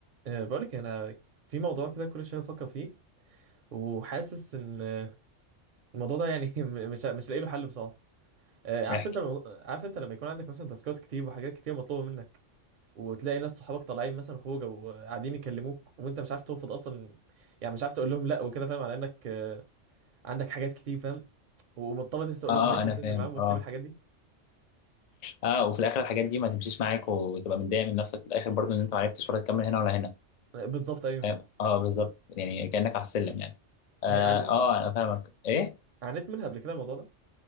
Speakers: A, on the right; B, on the left.
A: أه، بقولك انا في موضوع كده كل شويه بفكر فيه وحاسس ان أه، الموضوع ده يعني <laughs> م- مش مش لاقي له حل بصراحه أه، عارف
B: احكي
A: انت المو... عارف انت لما يكون عندك مثلا تاسكات كتير وحاجات كتير مطلوبه منك وتلاقي ناس صحابك طالعين مثلا خروجه وقاعدين يكلموك وانت مش عارف ترفض اصلا يعني مش عارف تقول لهم لا وكده فاهم على انك أه، عندك حاجات كتير فاهم ومضطر ان انت تقول
B: اه
A: لهم ماشي
B: انا
A: وتنزل
B: فاهم
A: معاهم وتسيب
B: اه
A: الحاجات دي
B: اه وفي الاخر الحاجات دي ما تمشيش معاك وتبقى متضايق من نفسك في الاخر برضو ان انت ما عرفتش ولا تكمل هنا ولا هنا
A: أه، بالظبط ايوه
B: فاهم اه بالظبط يعني كانك على السلم يعني اه,
A: أه، عانيت
B: آه انا فاهمك ايه
A: عانيت منها قبل كده الموضوع ده